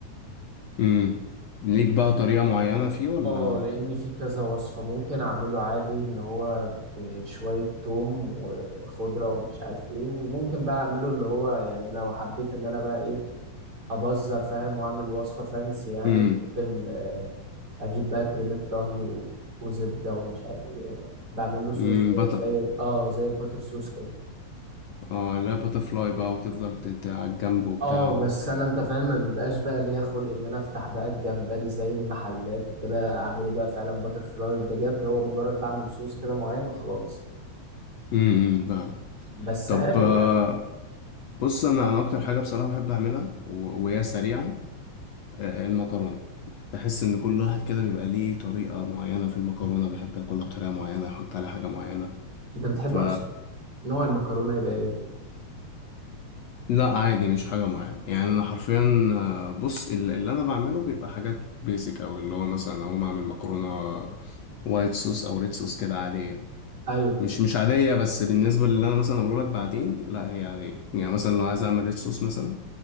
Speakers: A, on the left; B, on the right.
A: امم ليك بقى طريقة معينة فيه ولا
B: اه لان في كذا وصفه ممكن اعمله عادي ان هو بشويه توم وخضره ومش عارف ايه وممكن بقى اعمله اللي هو يعني لو حبيت ان انا بقى ايه ابزر فاهم واعمل وصفه فانسي يعني
A: امم
B: ممكن آه، اجيب بقى كريمه طهي و... وزبده ومش عارف ايه بعمل له صوص
A: امم
B: كده
A: بطل
B: زي اه زي الباتر صوص كده
A: اه لا باتر فلاي بقى وتفضل تت- على الجنب وبتاع
B: اه
A: و...
B: بس انا انت فاهم ما بيبقاش بقى ليا خلق ان انا افتح بقى الجمبري زي المحلات وكده اعمله بقى فعلا باتر فلاي بجد هو مجرد بعمل صوص كده معين وخلاص
A: امم أمم، فاهم
B: بس
A: طب
B: حلو
A: آه،
B: يعني
A: بص انا انا اكتر حاجة بصراحة بحب اعملها و... وهي سريعة آه، المكرونة تحس إن كل واحد كده بيبقى ليه طريقة معينة في المكرونة بيحب ياكلها بطريقة معينة يحط عليها حاجة معينة
B: انت بتحب
A: ف
B: اصلا نوع المكرونه يبقى ايه
A: لا عادي مش حاجة معينة يعني أنا حرفيا آه، بص ال- اللي أنا بعمله بيبقى حاجات بيسك أو اللي هو مثلا أقوم أعمل مكرونة وايت صوص أو ريد صوص كده عادية
B: ايوه
A: مش مش عادية بس بالنسبة للي أنا مثلا أقوله لك بعدين لا هي عادية يعني مثلا لو عايز أعمل ريد صوص مثلا